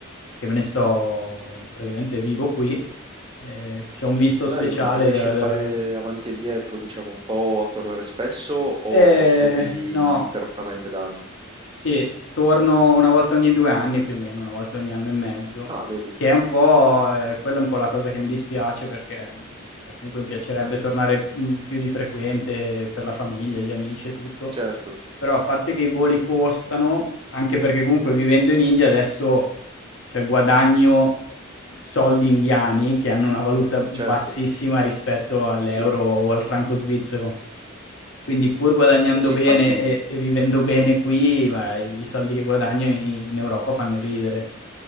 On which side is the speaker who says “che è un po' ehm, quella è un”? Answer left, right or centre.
Left